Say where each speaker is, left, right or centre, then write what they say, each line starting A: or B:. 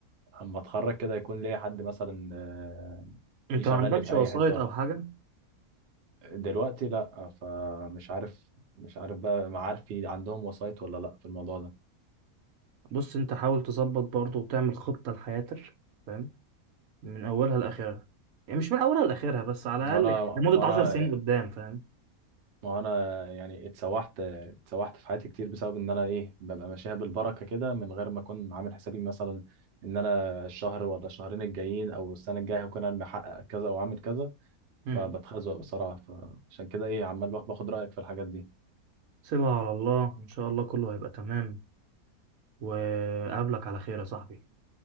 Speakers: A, on the right; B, on the right.
A: اما اتخرج كده يكون ليا حد مثلا آه،
B: انت
A: يشغلني
B: ما عندكش
A: في
B: وسايط
A: اي حتة
B: او حاجه
A: دلوقتي لا فمش عارف مش عارف بقى معارفي عندهم وسايط ولا لا في الموضوع ده
B: بص انت حاول تظبط برضه وتعمل خطه لحياتك فاهم من اولها لاخرها يعني مش من اولها لاخرها بس على الاقل
A: وانا
B: يعني لمده
A: ما انا
B: 10 سنين قدام فاهم
A: ما انا يعني اتسوحت اتسوحت في حياتي كتير بسبب ان انا ايه ببقى ماشيها بالبركة كده من غير ما اكون عامل حسابي مثلا ان انا الشهر ولا الشهرين الجايين او السنة الجاية هكون انا محقق كذا او عامل كذا
B: مم.
A: فبتخزق بصراحة فعشان كده ايه عمال باخد باخد رأيك في الحاجات دي
B: سيبها على الله ان شاء الله كله هيبقى تمام وقابلك على خير يا صاحبي